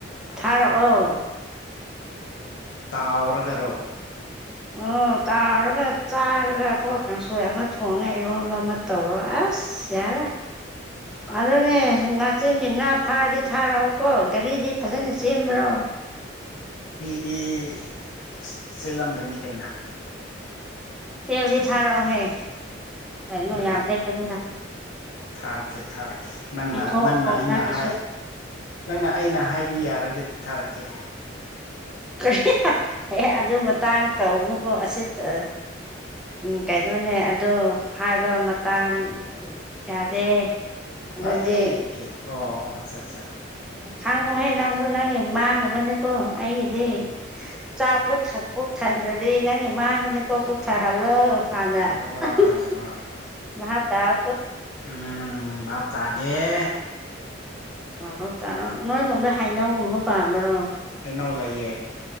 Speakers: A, in the centre; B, on the left (about 75°).
A: ꯊꯥꯔꯛꯑꯣ
B: ꯇꯥꯎꯔꯒꯔꯣ
A: ꯑꯣ ꯇꯥꯎꯔꯒ ꯆꯥꯔꯒꯀꯣ ꯀꯥꯡꯁꯣꯏ ꯑꯃ ꯊꯣꯡꯉ ꯏꯔꯣꯟꯕ ꯑꯃ ꯇꯧꯔꯣ ꯑꯁ ꯌꯥꯔꯦ ꯑꯗꯨꯅꯦ ꯉꯥꯆꯦꯡꯒꯤ ꯉꯥ ꯐꯥꯔꯗꯤ ꯊꯥꯔꯛꯎꯀꯣ ꯒꯥꯔꯤꯗꯤ ꯐꯖꯅ ꯆꯦꯟꯕ꯭ꯔꯣ
B: ꯇꯤ ꯑꯁ ꯄꯦꯜꯂꯝꯒꯅꯤ ꯀꯩꯅꯣ
A: ꯁꯦꯜꯗꯤ ꯊꯥꯔꯛꯑꯣꯍꯦ ꯀꯩꯅꯣ
B: ꯑꯗꯩ
A: ꯌꯥꯝꯗꯦ ꯈꯟꯅꯨꯗ
B: ꯊꯥꯔꯛꯀꯦ ꯊꯥꯔꯛꯀꯦ ꯅꯪꯅ
A: ꯄꯤꯊꯣꯛꯑꯣ
B: ꯅꯪꯅ ꯑꯩꯅ
A: ꯅꯪꯒꯤꯁꯨ
B: ꯍꯥꯏ ꯅꯪꯅ ꯑꯩꯅ ꯍꯥꯏ ꯕꯤ ꯌꯥꯔꯒꯗꯤ ꯊꯥꯔꯛꯀꯦ
A: ꯀꯔꯤ <unintelligible> ꯑꯦ ꯑꯗꯨ ꯃꯇꯥꯡ ꯇꯧꯅꯨꯀꯣ ꯑꯁꯤꯠ ꯑ ꯎꯝ ꯀꯩꯅꯣꯅꯦ ꯑꯗꯣ ꯍꯥꯏꯕ ꯃꯇꯥꯡ ꯌꯥꯗꯦ ꯑꯗꯨꯗꯤ
B: ꯍꯥꯏꯗꯤ ꯑꯦ ꯑꯣ ꯑꯣ ꯑꯆꯥ ꯆꯥ
A: ꯈꯪꯉꯨꯍꯦ ꯅꯪꯁꯨ ꯅꯪꯒꯤ ꯃꯥꯡꯅꯕꯅꯤꯀꯣ ꯑꯩꯒꯤꯗꯤ
B: ꯎꯝ
A: ꯆꯥꯛ ꯄꯨꯛ ꯊꯟ ꯄꯨꯛ ꯊꯟꯗ꯭ꯔꯗꯤ ꯅꯪꯒꯤ ꯃꯥꯡꯒꯅꯤꯀꯣ ꯄꯨꯛ ꯊꯜꯍꯜꯂꯣ ꯍꯥꯟꯅ
B: ꯍꯣꯏ
A: <unintelligible>
B: ꯍꯣꯏ ꯍꯣꯏ
A: ꯕꯥꯚ ꯇꯥꯎ
B: ꯎꯝ ꯕꯥꯚ ꯇꯥꯒꯦ
A: ꯄꯔꯣ ꯇꯥꯔꯣ ꯅꯣꯏꯔꯣꯝꯗ ꯍꯩꯅꯧꯒꯨꯝꯕ ꯄꯥꯟꯕ꯭ꯔꯣ
B: ꯍꯩꯅꯧ ꯂꯩꯌꯦ